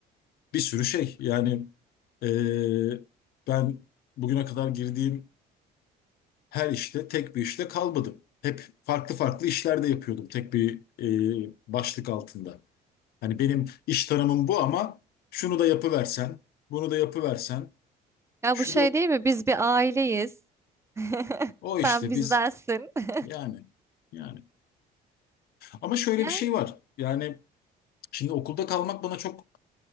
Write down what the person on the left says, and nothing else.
bir sürü şey. Yani eee, ben bugüne kadar girdiğim her işte tek bir işte kalmadım. Hep farklı farklı işlerde yapıyordum tek bir eee, başlık altında. Hani benim iş tanımım bu ama şunu da yapıversen, bunu da yapıversen,
şu
da
o
işte
biz
yani yani. Ama şöyle
bir şey var. Yani şimdi okulda kalmak bana çok